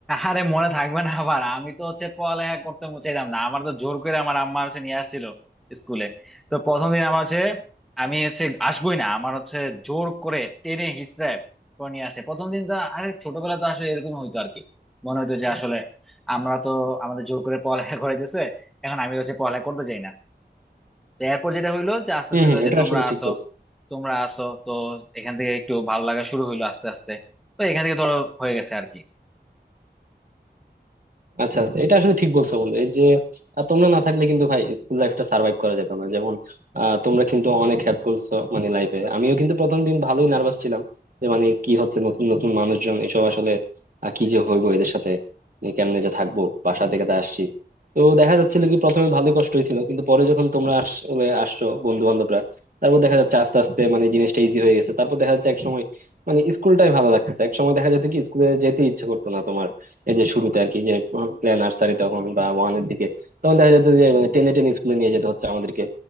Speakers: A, in the centre; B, on the right.
A: আরে মনে থাকবে না আবার আমি তো হচ্ছে পড়ালেখা করতে চাইতাম না আমার তো জোর করে আমার আম্মা হচ্ছে নিয়ে আসছিল স্কুলে তো প্রথম দিন আমার হচ্ছে আমি হচ্ছে আসবোই না আমার হচ্ছে জোর করে টেনে হিচড়ে করে নিয়ে আসে প্রথম দিন তো আরে ছোটবেলা তো আসলে এরকম হইতো আর কি মনে হইতো যে আসলে আমরা তো আমাদের জোর করে পড়ালেখা করাইতেছে এখন আমি হচ্ছে পড়ালেখা করতে চাই না তো এরপর যেটা হইলো যে আস্তে
B: হম
A: আস্তে
B: হম এটা
A: যে তোমরা
B: আসলে ঠিক
A: আসো
B: বলছো
A: তোমরা আসো তো এখান থেকে একটু ভালো লাগা শুরু হইলো আস্তে আস্তে তো এখান থেকে ধরো হয়ে গেছে আর কি
B: আচ্ছা আচ্ছা এটা আসলে ঠিক বলছো বন্ধু এই যে আহ, তোমরা না থাকলে কিন্তু ভাই স্কুল লাইফটা সার্ভাইভ করা যেত না যেমন আহ, তোমরা কিন্তু অনেক হেল্প করছো মানে লাইফে আমিও কিন্তু প্রথম দিন ভালোই নার্ভাস ছিলাম যে মানে কি হচ্ছে নতুন নতুন মানুষজন এসব আসলে আহ, কি যে হইবো এদের সাথে মানে কেমনে যে থাকবো বাসা থেকে তো আসছি তো দেখা যাচ্ছিল কি প্রথমে ভালোই কষ্ট হয়েছিল কিন্তু পরে যখন তোমরা আসলে আসছো বন্ধু বান্ধবরা তারপর দেখা যাচ্ছে আস্তে আস্তে মানে জিনিসটা ইজি হয়ে গেছে তারপর দেখা যাচ্ছে এক সময় মানে স্কুলটাই ভালো লাগতেছে এক সময় দেখা যেত কি স্কুলে যেতে ইচ্ছে করতো না তোমার এই যে শুরুতে আর কি যে প্লে নার্সারি তখন বা ওয়ানের দিকে তখন দেখা যেত যে মানে টেনে টেনে স্কুলে নিয়ে যেতে হচ্ছে আমাদেরকে